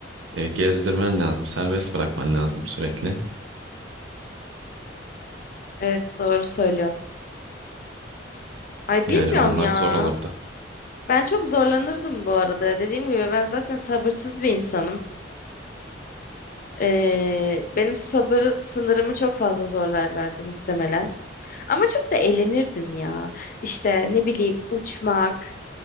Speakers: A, on the right (about 85°); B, on the left (about 45°).
A: e, gezdirmen lazım, serbest bırakman lazım sürekli.
B: Evet doğru söylüyorsun. Ay
A: Yani
B: bilmiyorum
A: onlar
B: ya.
A: zor olurdu.
B: Ben çok zorlanırdım bu arada. Dediğim gibi ben zaten sabırsız bir insanım. Ee, benim sabır sınırımı çok fazla zorlarlardı muhtemelen. Ama çok da eğlenirdim ya. İşte ne bileyim uçmak,